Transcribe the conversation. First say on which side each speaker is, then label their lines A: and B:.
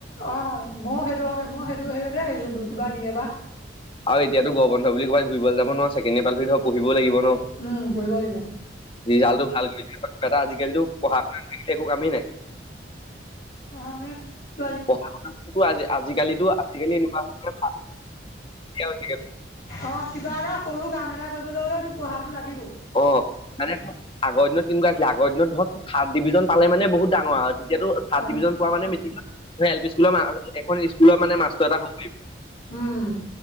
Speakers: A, on the left; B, on the left.
A: অ', মই সেইটোতে মই সেইটো সেতে আহিছো বোলো কিবা দিয়ে বা।
B: আৰু এতিয়াতো গৰম বন্ধ বুলি ক'বাত ঘূৰিবলৈ যাব নোৱাৰোঁ নহয় ছেকেণ্ড এ পালৰি ধৰ পঢ়িবও লাগিব ন?
A: উম পঢ়িব লাগিব।
B: ৰিজাল্টটো ভাল কৰিছে তাক এটা আজিকালিতো পঢ়া শুনাাত নাথাকিলে একো কামেই নাই।
A: মনে ত
B: পঢ়া শুনা আজি আজিকালি-আজিকালি এনেকুৱা <unintelligible>
A: অ', কিবা এটা কৰো কাম এটা কৰিবলৈ হ'লে লগিবৈ।
B: অ মানে আগৰ দিনত কেনেকুৱা আছিল আগ দিনত ধৰ থাৰ্ড ডিভিজন পালে মানে বহুত ডাঙৰ আৰু। এতিয়াতো থাৰ্ড
A: অ'
B: ডিভিজন পোৱা মানে মিটিঙত এল পি স্কুলৰ এখন স্কুলৰ মানে মাষ্টৰ এটা হ'ব পাৰিবি।
A: উম